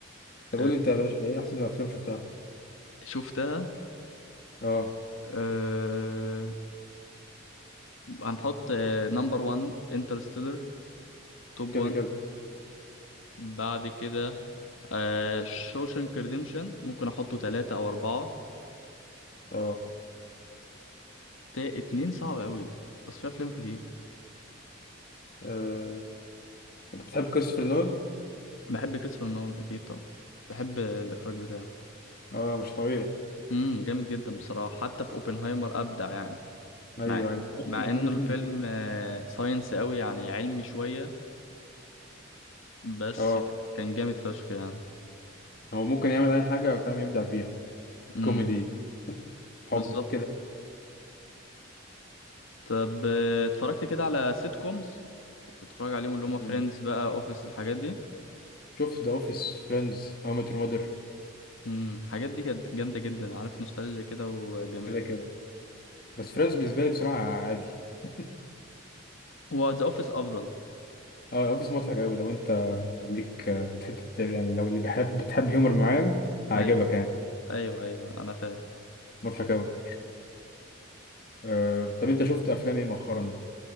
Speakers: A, on the left; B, on the left.
A: طب
B: آه،
A: قول لي انت يا باشا ايه احسن افلام شفتها
B: شفتها
A: اه
B: أه... هنحط نمبر 1 انترستيلر توب
A: كده
B: 1
A: كده
B: بعد كده أه... شوشنك ريديمشن ممكن احطه ثلاثة او اربعة
A: اه
B: تا اتنين صعب قوي بس في افلام كتير
A: آه، انت بتحب كريستوفر نولان
B: بحب كريستوفر نولان اكيد طبعا بحب الاخراج بتاعه
A: اه مش طبيعي
B: امم جامد جدا بصراحه حتى في اوبنهايمر ابدع يعني
A: ايوه
B: مع
A: ايوه اصلا
B: مع انه
A: عامل
B: الفيلم
A: فيلم جديد
B: آه، ساينس قوي يعني علمي شويه بس
A: اه
B: كان جامد فشخ يعني
A: هو ممكن يعمل اي حاجه فاهم يبدع فيها
B: امم
A: كوميدي حب
B: بالظبط
A: كده
B: طب آه، اتفرجت كده على سيت كومز كنت بتفرج عليهم اللي
A: آه،
B: هم فريندز بقى اوفيس الحاجات دي
A: شفت ذا اوفيس فريندز هاو ميت يور ماذر
B: امم الحاجات دي كانت جامده جدا عارف نوستالجيا كده وجميل
A: كده كده بس فريندز بالنسبه لي بصراحه عادي <laughs>
B: هو ذا اوفيس افضل
A: اه اوفيس مضحك قوي لو انت ليك بتحب يعني لو اللي بيحب بتحب هيومر معين هيعجبك
B: ايوه
A: يعني
B: ايوه ايوه انا فاهم
A: مضحك قوي آه، طب انت شفت افلام ايه مؤخرا